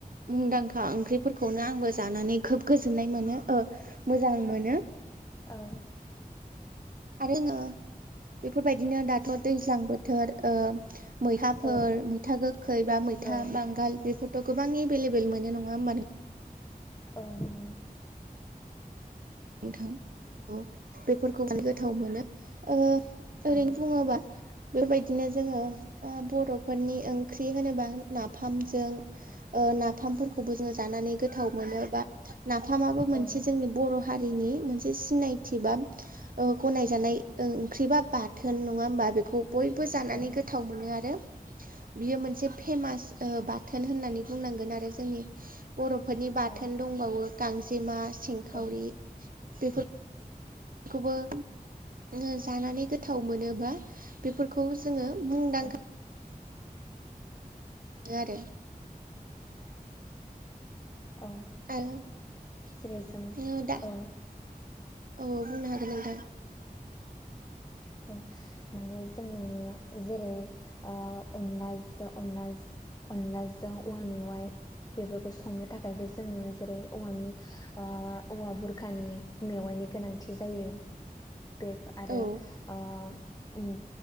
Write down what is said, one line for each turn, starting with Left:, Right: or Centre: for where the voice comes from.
Right: मुंदांखा ओंख्रिफोर खौनो आंबो जानानै खोब गोजोन्नाय मोनो ओ मोजां मोनो।
Left: औ।
Right: आरो आङो बेफोरबायदिनो दाथ' दैज्लां बोथोर ओ मैथाफोर
Left: औ
Right: मैथा गोखै बा मैथा
Left: औ
Right: बांगाल बेफोरथ' गोबां एभेलेबोल मोनो नङा होमबा नों
Left: औ <unintelligible>
Right: नोंथां औ। बेफोरखौहाय गोथाव मोनो। ओ ओरैनो
Left: औ
Right: बुङोबा बेबायदिनो जोङो ओ बर'फोरनि ओंख्रि होनोबा नाफामजों ओ नाफामफोरखौबो जोङो जानानै गोथाव मोनो बा नाफामाबो मोनसे
Left: औ
Right: जोंनि बर' हारिनि मोनसे सिनायथि बा ओ गनायजानाय ओं ओंख्रिबा बाथोन नङा होमबा, बेखौ बयबो जानानै
Left: औ
Right: गोथाव मोनो आरो बियो मोनसे फेमास ओ बा थोन होननानै बुंनांगोन आरो जोंनि बर'फोरनि बाथोन
Left: औ
Right: दंबावो। गांजेमा, सेंखावरि
Left: औ
Right: बेफोर खौबो जोङो जानानै गोथाव मोनो बा बेफोरखौ जोङो मुंदांखा
Left: औ
Right: नो आरो।
Left: औ
Right: <unintelligible>
Left: जेरै जों
Right: दा
Left: औ
Right: ओ औ बुंनो हानगोन नोंथां।
Left: ओ माने जोङो जेरै ओ अनलाजो अनला अनलाजों औवा मेवाइ। बेफोरखौ संनो थाखायबो जोङो जेरै औवानि ओ औवा बुरखानि मेवाइनि गोनांथि जायो। बे आरो
Right: औ
Left: ओ उम